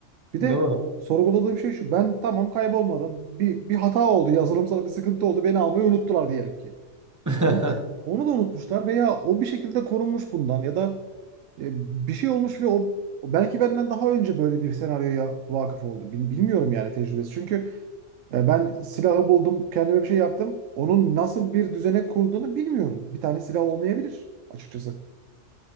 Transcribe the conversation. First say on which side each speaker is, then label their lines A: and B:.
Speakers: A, on the right (about 85°); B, on the right (about 15°).
A: Bir
B: Değil
A: de
B: mi?
A: sorguladığım şey şu. Ben tamam kaybolmadım. Bir, bir hata oldu. Yazılımsal bir sıkıntı oldu. Beni almayı unuttular diyelim ki.
B: <laughs>
A: Onu da, onu da unutmuşlar veya o bir şekilde korunmuş bundan ya da e, bir şey olmuş ve o o belki benden daha önce böyle bir senaryoya vakıf oldu. Bil- Bilmiyorum yani tecrübesi. Çünkü e, ben silahı buldum, kendime bir şey yaptım. Onun nasıl bir düzene kurduğunu bilmiyorum. Bir tane silah olmayabilir açıkçası.